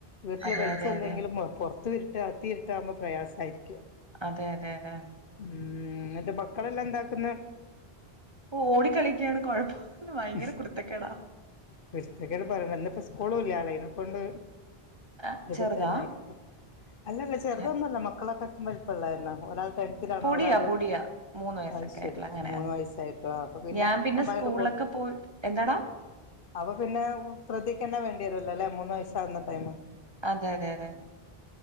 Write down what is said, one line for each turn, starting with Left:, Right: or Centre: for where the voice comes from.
Left: വീട്ടില്
Right: അതെ
Left: വെള്ച്ചല്ലെങ്കിലും
Right: അതെ അതെ
Left: പുറത്തുരിട്ട് അത്തി ഇരിട്ടാകുമ്പോ പ്രയാസമായിരിക്കും
Right: അതെ അതെ അതെ
Left: ഉം എന്നിട്ട് മക്കളെല്ലന്താക്ക്ന്ന്
Right: ഓടിക്കളിക്കയാണ് കൊഴപ്പം ഭയങ്കര
Left: ഉ
Right: കുരുത്തക്കേടാ
Left: കുത്തക്ക പറയ ഇിപ്പോ സ്കൂളല്ല അല അയ്നെക്കൊണ്ട്
Right: ആ,
Left: ഇവിടത്ത
Right: ചെറുതാ
Left: തന്നൊയിരിക്കും അല്ലല്ല ചെറുതൊന്നുമല്ല
Right: ഹെ,
Left: മക്കളൊക്കെ വൽപ്പള്ളന്ന ഒരാൾ ടെൻണോ
Right: പൊടിയാ
Left: ഒരാ
Right: പൊടിയാ മൂന്ന് വയസ്സൊക്കെ
Left: അത് ശരി
Right: ആയിട്ടുള്ള അങ്ങനെ
Left: മൂന്ന്
Right: ആ.
Left: വയസ്സായിട്ടോ അപ്പ പിന്നെ
Right: ഞാൻ
Left: അമ്മാട്ട്
Right: സ്കൂളിലൊക്കെ പോയിട്ട് എന്താടാ
Left: അപ്പൊ പിന്നെ ശ്രദ്ധക്കന്നെ വേ ത അല്ലേൂന്ന് വയസാവുന്ന ടൈ്
Right: അതെ അതെ അതെ അതെ